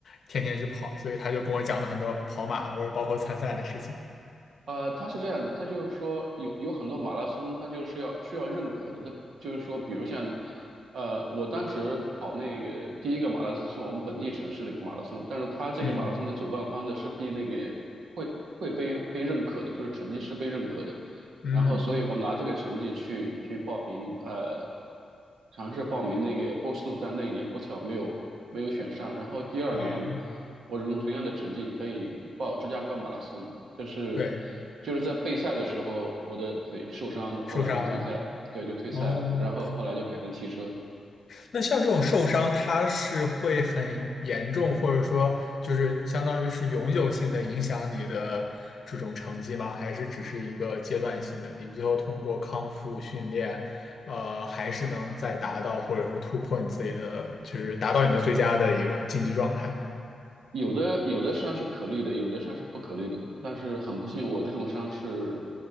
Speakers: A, on the left (about 45°); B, on the right (about 85°).
A: 天天去跑，所以他就跟我讲了很多跑马或者包括参赛的事情。
B: 呃，他是这样的，他就是说有有很多马拉松，他就是要需要认可的，他就是说，比如像，呃，我当时跑那个第一个马拉松是我们本地城市的一个马拉松，但是他这个马拉松的主办方的是被那个会会被被认可的，
A: 嗯
B: 就是成绩是被认可的。
A: 嗯
B: 然后所以我拿这个成绩去去报名，呃，尝试报名那个波士顿，但那一年不巧没有没有选上。然后第二年，
A: 啊，
B: 我用同样的成绩可以报芝加哥马拉松，就是
A: 对，
B: 就是在备赛的时候我的腿受伤了，后来就退赛了对，
A: 受伤了
B: 就退赛了。
A: 哦。
B: 然后后来就改成汽车，
A: 那像这种受伤，它是会很严重，或者说就是相当于是永久性的影响你的这种成绩吗？还是只是一个阶段性的？你最后通过康复训练，呃，还是能再达到或者是突破你自己的，就是达到你的最佳的一个竞技状态。
B: 有的有的伤是可逆的，有的伤是不可逆的。但是很不幸，我这种伤是